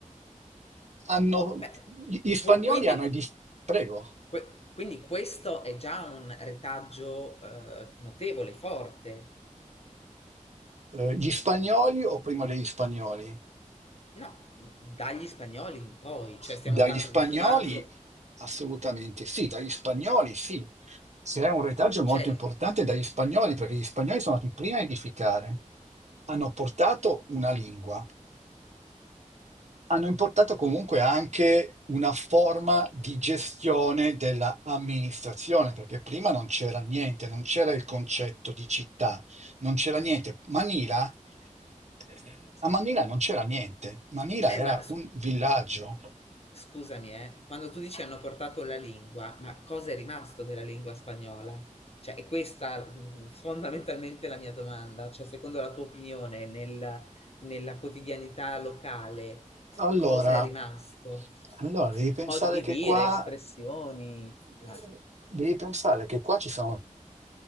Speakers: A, on the right; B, on the left.
A: Hanno-
B: Beh,
A: gli spagnoli
B: que- quindi,
A: hanno i dis- prego,
B: que- quindi questo è già un retaggio eh, notevole, forte.
A: Eh, gli spagnoli o prima degli spagnoli?
B: No, dagli spagnoli in poi, cioè stiamo
A: Dagli
B: parlando,
A: spagnoli assolutamente sì, dagli spagnoli sì. C'è un retaggio molto
B: cioè,
A: importante dagli spagnoli perché gli spagnoli sono stati i primi a edificare. Hanno portato una lingua, hanno importato comunque anche una forma di gestione della amministrazione, perché prima non c'era niente, non c'era il concetto di città, non c'era niente. Manila, eh, a Manila non c'era niente, Manila
B: eh,
A: era
B: ma s-
A: un villaggio.
B: Scusami, eh, quando tu dici hanno portato la lingua, ma cosa è rimasto della lingua spagnola? Cioè, è questa mh, fondamentalmente la mia domanda. Cioè, secondo la tua opinione, nel- nella quotidianità locale,
A: Allora,
B: cosa è rimasto?
A: allora devi pensare
B: Modi di
A: che
B: dire,
A: qua,
B: espressioni.
A: eh,
B: Eh,
A: devi pensare che qua ci sono,